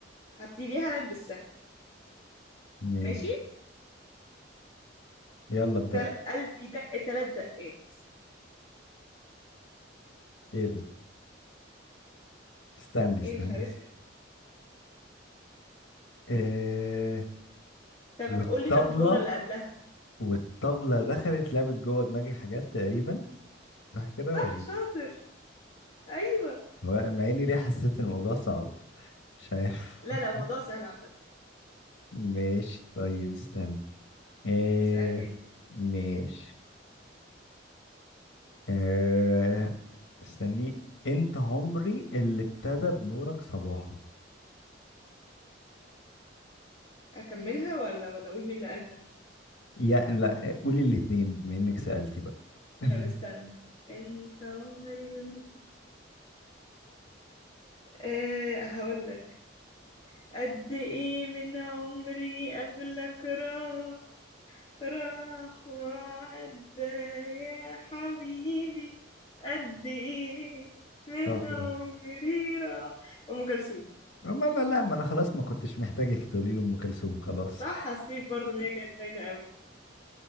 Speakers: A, on the left; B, on the left.
A: هبتديها لك بالسهل
B: ماشي
A: ماشي
B: يلا ابدأي
A: تل... قلبي دق تلات دقات
B: ايه ده استني
A: ايه
B: استني
A: مش عارفة
B: است- إيه
A: طب
B: والطبلة
A: قول لي طب الجملة اللي قبلها
B: والطبلة دخلت لعبت جوه دماغي حاجات تقريبا صح كده
A: صح
B: ولا
A: شاطر أيوه
B: هو- مع اني ليه حسيت الموضوع صعب مش عارف
A: لا
B: <laughs>
A: لا الموضوع سهل عامة
B: ماشي طيب استني إيه
A: اسألني أنت
B: ماشي إيه استني انت عمري اللي ابتدى بنورك صباحه
A: أكملها ولا ولا أقول مين اللي قالها
B: يا لا قولي الاتنين بما انك سألتي بقى <laughs>
A: طب استنى أنت عمري اللي أه هقولك قد ايه من عمري قبلك راح راح وعدى يا حبيبي قد ايه من
B: شاطرة
A: عمري راح ام كلثوم
B: ما لا لا ما انا خلاص ما كنتش محتاجك تقولي له ام كلثوم خلاص
A: صح حسيت برضو ان هي كانت باينه قوي